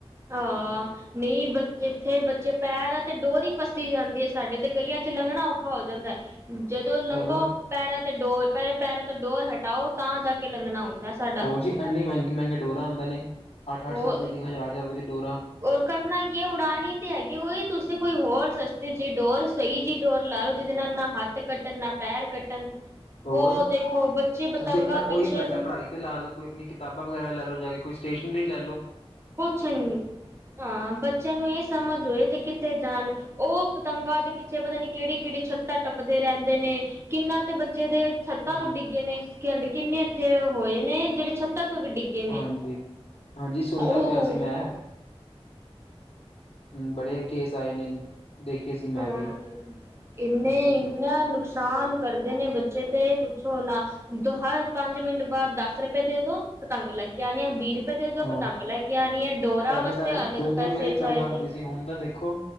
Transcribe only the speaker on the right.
ਹਾਂ, ਨਹੀਂ ਬੱਚੇ ਇੱਥੇ ਬੱਚੇ ਪੈਰਾ ਤੇ ਡੋਹਰੀ ਫਸਦੀ ਜਾਂਦੀ ਹੈ ਸਾਡੇ ਤੇ ਗਲੀਆਂ ਚ ਲੰਘਣਾ ਔਖਾ ਹੋ ਜਾਂਦਾ, ਜਦੋਂ ਲੰਘੋ
ਪੈਰਾਂ ਤੇ ਡੋਰ, ਪਹਿਲੇ ਪੈਰਾਂ ਤੋਂ ਡੋਰ ਹਟਾਓ ਤਾਂ ਜਾ ਕੇ ਲੰਘਣਾ ਹੁੰਦਾ। ਸਾਡਾ
ਉਹ
ਔਰ ਕਰਨਾ ਕੀ ਉਡਾਨੀ ਤੇ ਹੈਗੀ, ‌ਓਈ ਤੁਸੀ ਕੋਈ ਹੋਰ ਸਸਤੀ ਜਿ ਡੋਰ ਸਹੀ ਜੀ ਹੋਰ ਲਾ ਲੋ ਜਿਹਦੇ ਨਾਲ ਨਾ ਹੱਥ ਕੱਟਣ, ਨਾ ਪੈਰ ਕੱਟਣ
ਉਹ ਦੇਖੋ ਬੱਚੇ
ਪਤੰਗਾ
ਪਿੱਛੇ
ਕੁਛ ਨੀ ਹਾਂ ਬੱਚਿਆਂ ਨੂੰ ਇਹ ਸਮਝ ਹੋਏ ਤੇ ਕਿੱਥੇ ਜਾਣ ਉਹ ਪਤੰਗਾਂ ਦੇ ਪਿੱਛੇ ਪਤਾ ਨੀ ਕਿਹੜੀ-ਕਿਹੜੀ ਛੱਤਾਂ ਟੱਪਦੇ ਰਹਿੰਦੇ ਨੇ। ਕਿੰਨਾ ਤੇ ਬੱਚੇ ਦੇ ਛੱਤਾਂ
ਤੋਂ ਡਿੱਗੇ ਨੇ। ਕਹਿੰਦੇ ਕਿੰਨੇ ਇੱਥੇ ਹੋਏ ਨੇ ਜਿਹੜੇ ਛੱਤ ਤੋਂ ਵੀ ਡਿੱਗੇ ਨੇ
ਉਹ
ਹਾਂ
ਇੰਨੇ
ਇੰਨਾ ਨੁਕਸਾਨ ਕਰਦੇ ਨੇ ਬੱਚੇ ਬੱਚੇ ਤੇ ਪੁੱਛੋ ਨਾ ਦੋਹ ਹਰ ਪੰਜ ਮਿੰਟ ਬਾਅਦ ਦਸ ਰੁਪਏ ਦੇ ਦੋ ਪਤੰਗ ਲੈ ਕਹਿਣੇ ਆ ਵੀਹ ਰੁਪਏ ਦੇ ਦੋਂ
ਪਤੰਗ ਲੈ ਕੇ ਆਉਣੀ ਆ, ਡੋਰਾਂ
ਵਾਸਤੇ
ਅਲੱਗ
ਪੈਸੇ
ਚਾਹੀਦੇ